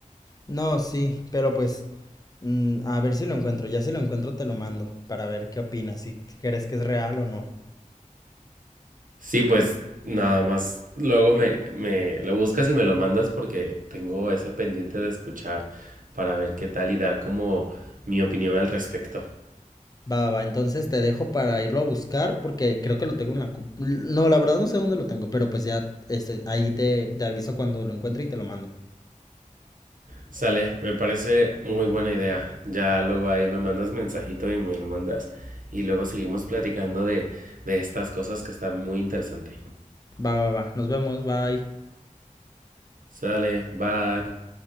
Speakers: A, on the left; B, on the right.
A: No, sí, pero pues mm, a ver si lo encuentro. Ya si lo encuentro te lo mando para ver qué opinas, si si crees que es real o no.
B: Sí, pues nada más. Luego me, me lo buscas y me lo mandas porque tengo ese pendiente de escuchar para ver qué tal y dar como mi opinión al respecto.
A: Va, va, va, entonces te dejo para irlo a buscar porque creo que lo tengo en la... compu- No, la verdad no sé dónde lo tengo, pero pues ya este, ahí te, te aviso cuando lo encuentre y te lo mando.
B: Sale, me parece muy buena idea. Ya luego ahí me mandas mensajito y me lo mandas. Y luego seguimos platicando de, de estas cosas que están muy interesante.
A: Va, va, va, nos vemos, bye.
B: Sale, bye.